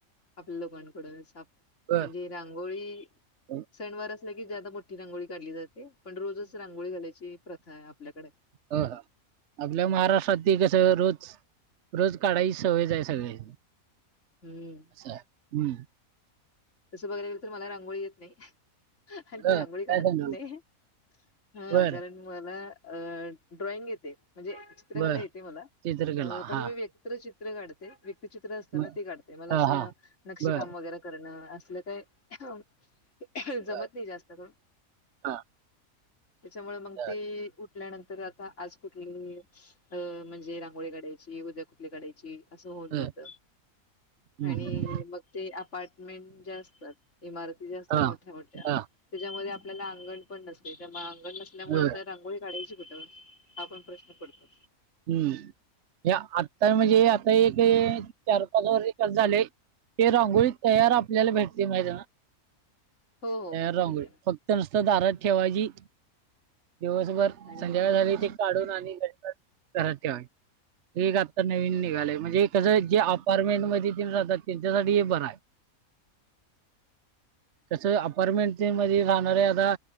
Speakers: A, on the left; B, on the right.
A: आपल्या लोकांकडून सा
B: बरं.
A: म्हणजे रांगोळी
B: <unintelligible>
A: सणवार असलं की ज्यादा मोठी रांगोळी काढली जाते, पण रोजच रांगोळी घालायची प्रथा आहे आपल्याकडे.
B: हा हा, आपल्या महाराष्ट्रात ती कसं रोज रोज काढायची सवयच आहे सगळ्यास्नी.
A: हम्म.
B: चा हम्म.
A: तसं बघायला गेलं तर मला रांगोळी येत नाही. आणि
B: बरं.
A: मी रांगोळी काढत
B: काय सांगाल?
A: पण नाही, हा
B: बरं,
A: कारण मला अ ड्रॉंइंग येते, म्हणजे चित्रकला
B: बरं.
A: येते मला
B: चित्रकला.
A: अ पण
B: हां.
A: मी व त्र चित्र काढते, व्यक्तिचित्र असतं
B: मग
A: ना ते काढते, मला
B: हां,
A: असं
B: हां.
A: नक्षीकाम
B: बरं,
A: वगैरे करणं‌ अ असलं काही जमत
B: बरं.
A: नाही जास्त करून.
B: हां,
A: त्याच्यामुळं मग
B: बरं,
A: ती उठल्यानंतर आता आज कुठली अ म्हणजे रांगोळी काढायची उद्या कुठली काढायची? असं होत
B: बरं.
A: जात
B: हं,
A: आणि
B: हं.
A: मग ते अपार्टमेंट ज्या असतात इमारती ज्या असतात
B: हां,
A: मोठ्या- मोठ्या
B: हां.
A: त्याच्यामध्ये आपल्याला अंगण पण नसते त्या अंगण नसल्यामुळे
B: बरं.
A: आता रांगोळी काढायची कुठं? हा पण प्रश्न पडतो.
B: हम्म, हे आता म्हणजे आता एक हे चार पाच वर्ष कसे झाले. ते रांगोळी तयार आपल्याला भेटती माहितीय नव्ह.
A: हो हो
B: तयार रांगोळी
A: माहिती आहे
B: फक्त नुसत दारात ठेवायची दिवसभर
A: ना आणि
B: संध्याकाळ
A: बनवायची
B: झाली की काढून आणि घरात परत ठेवायची हे एक आताच नविन निघालय म्हणजे कसं जे अपार्टमेंट मध्ये रहातात त्यांच्यासाठी हे बरं हाय.
A: <inaudible>
B: कस अपार्टमेंटच्या मध्ये राहणारे आता